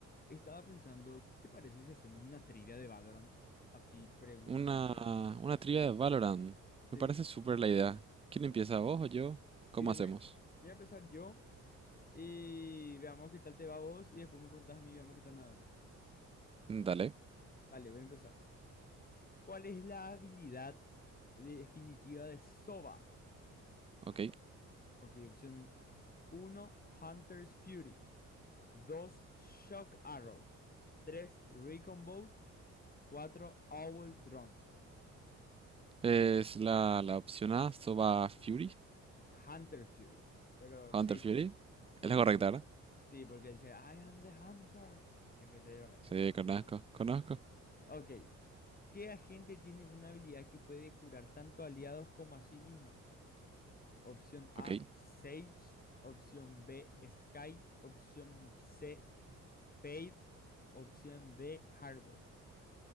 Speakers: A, on the left (about 30°); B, on the right (about 20°).
A: Estaba pensando, ¿qué te parece si hacemos una trivia de Valorant? Así, preguntas
B: Una,
A: y preguntas.
B: una trivia de Valorant.
A: Sí.
B: Me parece súper la idea. ¿Quién empieza, vos o yo? ¿Cómo
A: Y voy,
B: hacemos?
A: voy a empezar yo y veamos qué tal te va a vos y después me preguntas a mí y veamos qué tal me va a mí.
B: Dale,
A: Vale, voy a empezar. ¿Cuál es la habilidad definitiva de Sova?
B: ok.
A: Ok, opción uno Hunter's Fury. dos Shock Arrow. tres Recon Bolt. cuatro Owl Drone.
B: Es la, la opción A, Soba Fury,
A: Hunter Fury. Pero
B: Hunter
A: sí.
B: Fury.
A: Sí,
B: Es la correcta,
A: porque,
B: ¿verdad?
A: sí, porque él dice, I am the hunter. Empieza a llorar.
B: Sí, conozco, conozco.
A: Ok. ¿Qué agente tiene una habilidad que puede curar tanto aliados como a sí misma? Opción A,
B: Ok.
A: Sage. Opción B, Sky. Opción C, Faith. Opción D, Harbor.